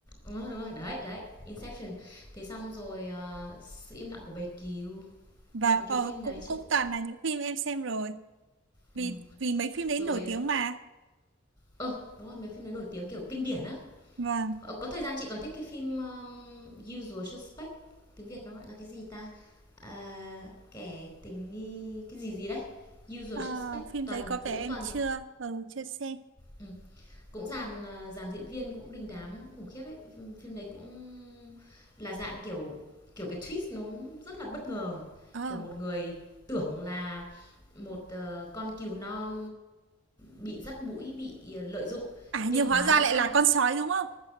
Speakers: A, on the left; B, on the right.
A: Đúng rồi, đúng rồi. Đấy, đấy, Inception. Thế xong rồi à, sự im lặng của bầy cừu.
B: và
A: Mấy cái
B: ờ,
A: phim đấy
B: cũng
A: chị
B: cũng
A: cũng
B: toàn là những phim em xem rồi.
A: ừm.
B: Vì vì mấy phim đấy
A: Rồi
B: nổi
A: ờ
B: tiếng mà.
A: ờ, đúng rồi, mấy phim đấy nổi tiếng kiểu kinh điển á.
B: Vâng,
A: Ờ, Có thời gian chị còn thích cái phim um, Usual Suspect tiếng Việt nó gọi là cái gì ta à, kẻ tình nghi cái gì gì đấy Usual
B: Ờ,
A: Suspect
B: phim
A: toàn
B: đấy có
A: cũng
B: vẻ em
A: toàn
B: chưa ừ, chưa xem.
A: ừ, cũng dàn à, dàn diễn viên cũng đình đám cũng khủng khiếp đấy phim, phim đấy cũng là dạng kiểu kiểu cái twist nó rất là bất ngờ
B: Ờ,
A: kiểu một người tưởng là một ờ, con cừu non bị dắt mũi bị ờ, lợi dụng
B: à
A: nhưng
B: nhưng
A: hóa
B: hóa ra
A: ra
B: lại là con sói đúng không?